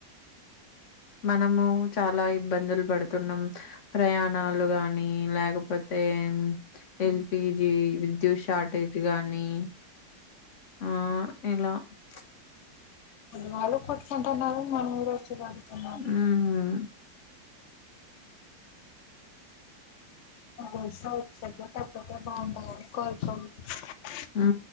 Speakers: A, on the left (about 50°); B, on the left (about 65°).
A: మనము చాలా ఇబ్బందులు పడుతున్నాం. ప్రయాణాలు గానీ లేకపోతే ఎల్పిజి, విద్యుత్ షార్టేజ్ గానీ ఆ ఎలా ప్చ్
B: వాళ్ళ కొట్టుకుంటున్నారు మనం చీరక్ కదా
A: హ్మ్.
B: <inaudible>
A: ఉ